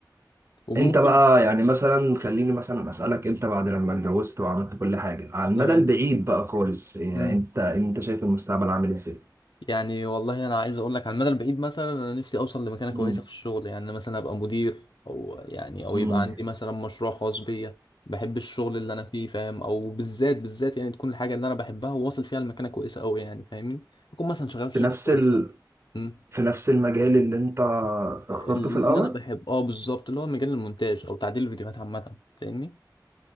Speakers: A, on the left; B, on the right.
A: وممكن
B: انت بقى يعني مثلا خليني مثلا اسالك انت بعد لما اتجوزت وعملت كل حاجه على المدى
A: تمام
B: البعيد بقى خالص يعني
A: مم.
B: انت انت شايف المستقبل عامل ازاي
A: يعني والله انا عايز اقول لك على المدى البعيد مثلا انا نفسي اوصل لمكانه كويسه
B: امم
A: في الشغل يعني أنا مثلا ابقى مدير او يعني او
B: امم
A: يبقى عندي مثلا مشروع خاص بيا بحب الشغل اللي انا فيه فاهم او بالذات بالذات يعني تكون الحاجه اللي انا بحبها وواصل فيها لمكانه كويسه قوي يعني فاهمني اكون مثلا شغال في
B: في
A: شركه
B: نفس
A: كويسه
B: ال...
A: أمم.
B: في نفس المجال اللي انت
A: اللي
B: اخترته في الاول
A: انا بحب اه بالظبط اللي هو مجال المونتاج او تعديل الفيديوهات عامه فاهمني